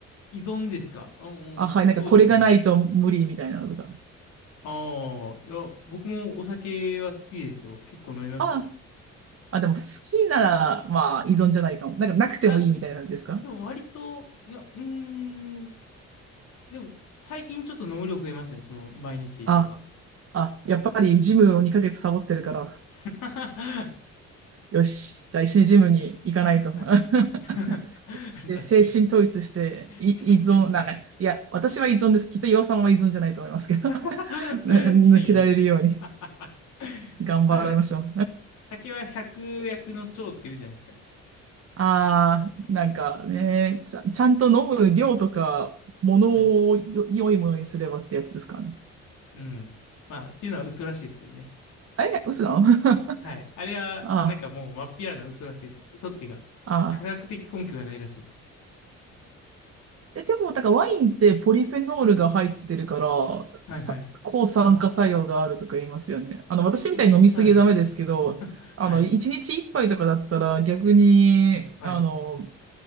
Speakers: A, on the left; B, on the right.
A: 依存ですかうん、
B: あ、はい、
A: うんそうですね。
B: なんかこれがないと無理みたいなのとか。
A: ああ、いや、僕もお酒は好きですよ。結構飲みますよ。
B: あ、あ、でも好きなら、まあ依存じゃないかも。なんかなくてもいいみたいな感じですか
A: あ、でも割と、いや、うーん、でも、最近ちょっと飲む量増えましたねその、毎日とか。
B: ああ、やっぱりジムを2ヶ月サボってるから、
A: <laughs> は
B: よし、じゃあ一緒にジムに行かないと。<laughs>
A: い。<laughs> 確かに。
B: で、精神統一して、い依存、
A: 全身と言っ
B: なんか、いや、私は依存です。きっと岩さんは依存じゃないと思いますけど。
A: て。<laughs>
B: <laughs> ぬ抜けられるように
A: いやいやいや。<laughs>
B: 頑張りましょう。
A: まあでも、す酒は百薬の長って言うじゃないですか。
B: <laughs> ああ、なんかね、ちゃん、ちゃんと飲む量とか、ものをよ良いものにすればってやつですからね。
A: はい。うん。まあ、っていうのは嘘らしいですけどね。
B: え、嘘だ。<laughs>
A: はい。あれは、
B: あ
A: なんかもう、まっぴらな嘘らしいです。嘘っていうか、
B: あ、ああ。
A: 科学的根拠がないらしいです。
B: え、でも、だからワインってポリフェノールが入ってるから、
A: はいはい。
B: さ、抗酸化作用があるとか言いますよね。あの、私みたいに飲みすぎはダメですけど、
A: その、はい。<laughs>
B: あの、
A: はい。
B: 一日一杯とかだったら逆に、
A: はい。
B: あの、